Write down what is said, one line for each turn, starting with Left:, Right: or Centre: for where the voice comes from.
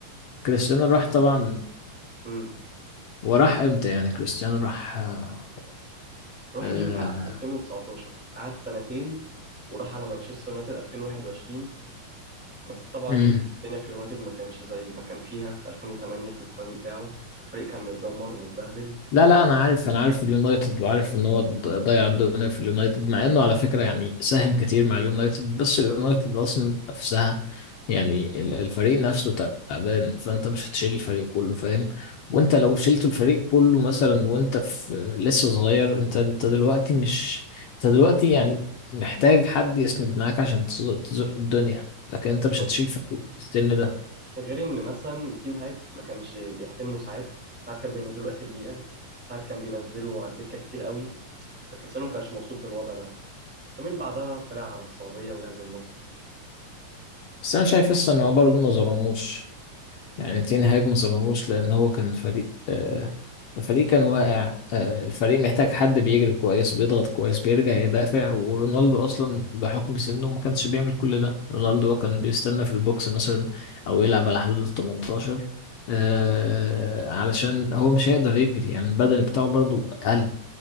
Left: كريستيانو
Centre: ساعتها
Left: راح طبعا
Centre: امم
Left: وراح امتى يعني كريستيانو راح آه،
Centre: راح
Left: آه،
Centre: اليوفي على 2019 قعد سنتين وراح على مانشستر يونايتد 2021 بس طبعا
Left: مم.
Centre: الدنيا في يونايتد ما كانش زي ما كان فيها في 2008 في البرايم بتاعه الفريق كان متدمر متبهدل
Left: لا لا انا عارف انا عارف اليونايتد وعارف ان هو ض- ضيع الدنيا في اليونايتد مع انه على فكره يعني ساهم كتير مع اليونايتد بس اليونايتد اصلا نفسها يعني ال- الفريق نفسه تعبان فانت مش هتشيل الفريق كله فاهم وانت لو شلت الفريق كله مثلا وانت في لسه صغير انت انت دلوقتي مش انت دلوقتي يعني محتاج حد يسند معاك عشان تزق تزق الدنيا لكن انت
Centre: بالظبط
Left: مش هتشيل فريق في السن ده
Centre: غير ان مثلا تين هاج ما كانش بيحترمه ساعات ساعات كان بينزله اخر دقيقه ساعات كان بينزله على الدكه كتير قوي فكريستيانو ما كانش مبسوط بالوضع ده فمن بعدها طلع على السعوديه ولعب للنصر
Left: بس انا شايف لسه ان هو برضه ما ظلموش يعني تين هاج ما ظلموش لأن هو كان فريق آه الفريق كان واقع آه الفريق محتاج حد بيجري كويس بيضغط كويس بيرجع يدافع ورونالدو أصلا بحكم سنه ما كانش بيعمل كل ده رونالدو كان بيستنى في البوكس مثلا أو يلعب على حدود ال 18 آه علشان هو مش هيقدر يجري يعني البدني بتاعه برضو قل